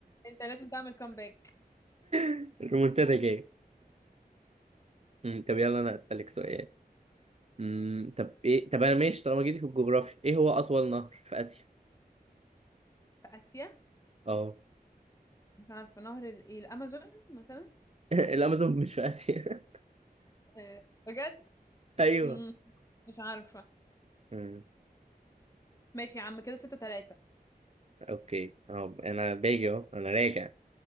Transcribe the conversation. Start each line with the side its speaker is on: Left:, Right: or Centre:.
Left: انت لازم تعمل كومباك
Right: <laughs> المنتدى جاي أمم، طب يلا انا اسالك سؤال أمم، طب ايه طب انا ماشي طالما جيتي في الجغرافيا ايه هو اطول نهر في اسيا
Left: في اسيا
Right: اه
Left: مش عارفه نهر الايه الامازون مثلا
Right: <laughs> الامازون مش في اسيا
Left: آه، بجد
Right: <laughs> ايوه
Left: مم، مش عارفه
Right: أمم،
Left: ماشي يا عم كده 6 3
Right: اوكي اه انا باجي اهو انا راجع